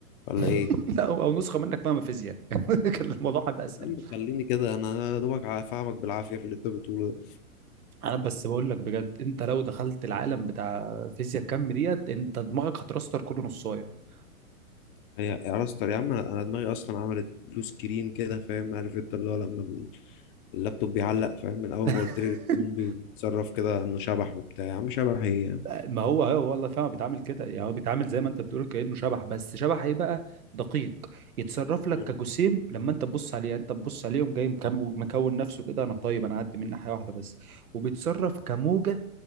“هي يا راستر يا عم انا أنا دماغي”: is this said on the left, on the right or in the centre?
Left